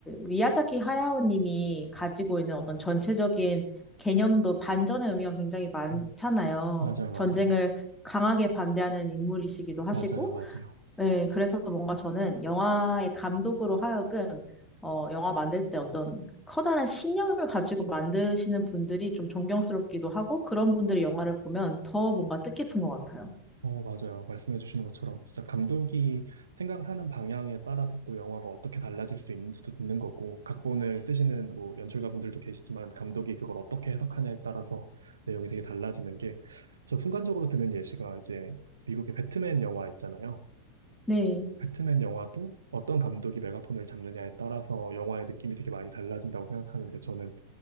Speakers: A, in the centre; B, on the right.
A: 미야자키 하야오 님이 가지고 있는 어떤 전체적인 개념도 반전의 의미가 굉장히 많잖아요.
B: 음, 맞아요, 맞아요.
A: 전쟁을 강하게 반대하는 인물이시기도 하시고,
B: 맞아요, 맞아요.
A: 예, 그래서 뭔가 저는 영화의 감독으로 하여금, 어, 영화 만들 때 어떤 커다란 신념을 가지고 만드시는 분들이 좀 존경스럽기도 하고, 그런 분들이 영화를 보면 더 뭔가 뜻깊은 것 같아요.
B: 어, 맞아요. 말씀해 주시는 것처럼 진짜 감독이 생각을 하는 방향에 따라서 또 영화가 어떻게 달라질 수 있는지도 있는 거고, 각본을 쓰시는 뭐 연출가분들도 계시지만 감독이 그걸 어떻게 해석하냐에 따라서 내용이 되게 달라지는 게, 저 순간적으로 드는 예시가 이제 미국의 배트맨 영화 있잖아요.
A: 네.
B: 배트맨 영화도 어떤 감독이 메가폰을 잡느냐에 따라서 영화의 느낌이 되게 많이 달라진다고 생각하는데 저는